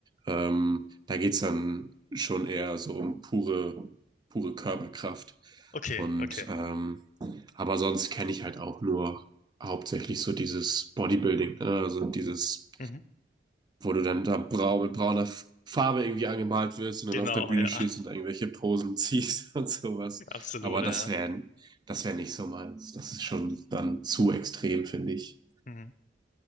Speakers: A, on the right; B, on the left.
A: ähm, da geht's dann schon eher so um pure, pure Körperkraft.
B: Okay,
A: Und
B: okay.
A: ähm, aber sonst kenne ich halt auch nur hauptsächlich so dieses Bodybuilding, ne? Also dieses,
B: Mhm.
A: wo du dann da brau mit brauner Farbe irgendwie angemalt wirst und
B: Genau,
A: dann auf der Bühne
B: ja.
A: stehst und irgendwelche Posen ziehst <laughs> und sowas.
B: <laughs> Absolut,
A: Aber
B: ja.
A: das wäre, das wäre nicht so meins. Das ist schon dann zu extrem, finde ich.
B: Mhm.